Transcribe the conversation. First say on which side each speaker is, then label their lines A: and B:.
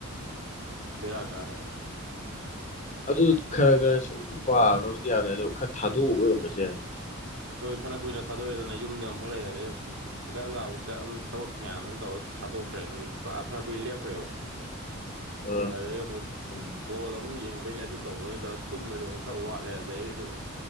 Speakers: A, on the right; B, on the left.
A: ꯕꯦꯔꯤ ꯀꯥꯏ ꯑꯕ
B: ꯑꯗꯨ ꯈꯔ- ꯈꯔ ꯁꯨꯝ ꯄꯥꯒ꯭ꯔꯥꯕꯨꯗꯤ ꯌꯥꯝꯅꯤ ꯑꯗꯣ ꯈꯔ ꯊꯥꯗꯣꯛꯎꯕꯩ ꯑꯣꯏꯔꯝꯕꯁꯨ ꯌꯥꯏ
A: ꯍꯣꯏ ꯐꯥꯅ ꯀꯨꯏꯅ ꯊꯥꯗꯣꯛꯑꯦꯗꯅ ꯌꯨꯝꯗ ꯑꯃꯨꯛ ꯂꯩ ꯑꯗꯩ ꯍꯪꯒꯠ -ꯍꯟꯗ ꯑꯃꯨꯛ ꯆꯠ ꯑꯃꯨꯛ ꯊꯕꯛ ꯃꯌꯥꯝ ꯑꯃ ꯇꯧꯔ ꯊꯥꯗꯣꯛꯈ꯭ꯔꯦ ꯐꯅ ꯀꯨꯏꯅ ꯂꯦꯞꯈ꯭ꯔꯦꯕ
B: ꯑꯥ
A: ꯑꯗꯩꯪ ꯑꯃꯨꯛ
B: ꯆꯨꯝꯃꯦ.
A: ꯕꯣꯜ ꯑꯃꯨꯛ ꯑꯃꯨꯨꯡ ꯌꯦꯡꯕꯩꯅꯦ ꯑꯗꯨ ꯇꯧꯕꯩꯩꯅꯦ ꯇꯧꯔ ꯇꯨꯝꯕꯖꯨ ꯑꯃꯨꯛ ꯈꯔꯥ ꯋꯥꯠꯂꯦ ꯑꯗꯩ ꯑꯗꯨꯝ